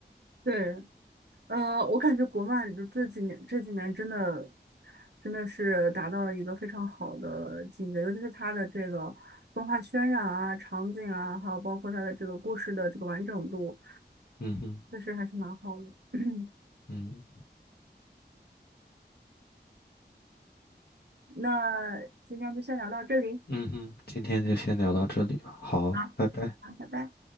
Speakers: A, on the right; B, on the left.
A: 对，呃，我感觉国漫就这几年这几年真的真的是达到了一个非常好的境界，尤其是它的这个动画渲染啊、场景啊，还有包括它的这个故事的这个完整度，
B: 嗯哼，
A: 确实还是蛮好的。<coughs> <clears throat>
B: 嗯
A: 那今天就先聊到这里，
B: 嗯哼，今天就先聊到这里吧，好，
A: 好，
B: 拜拜。
A: 好，拜拜。